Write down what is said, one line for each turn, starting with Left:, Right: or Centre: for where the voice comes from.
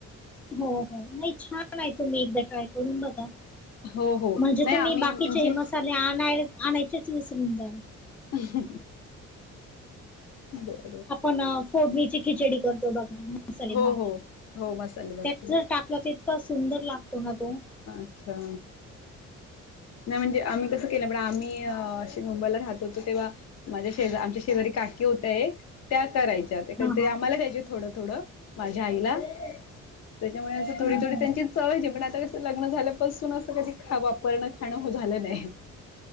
Centre: हो हो नाही छान आहे. तुम्ही एकदा ट्राय करून बघा.
Left: हो हो
Centre: म्हणजे
Left: नाही
Centre: तुम्ही
Left: आम्ही
Centre: बाकीचे
Left: म्हणजे
Centre: हे मसाले आणाय आणायचेच विसरून झाल.
Left: हहह बर
Centre: आपण फोडणीची खिचडी करतो. बघा मसाले
Left: हो
Centre: भात
Left: हो हो मसाले भात
Centre: त्यात जर टाकलं त इतका सुंदर लागतो ना तो
Left: अच्छा! नाही म्हणजे आम्ही कसं केलं. पण आम्ही अशी मुंबईला राहत होतो तेव्हा माझ्या शेजा आमच्या शेजारी काकी होत. एक त्या करायच्या त्या काधी
Centre: हा
Left: तरी
Centre: हा
Left: आम्हाला द्यायचे थोडं थोड माझ्या आईला त्याच्यामुळे असं
Centre: हम्म
Left: थोडी थोडी
Centre: हम्म
Left: त्यांची चव यायची पण आता कसं लग्न झाल्यापासून असं कधी खावा वापरन खान हो झालं नाही.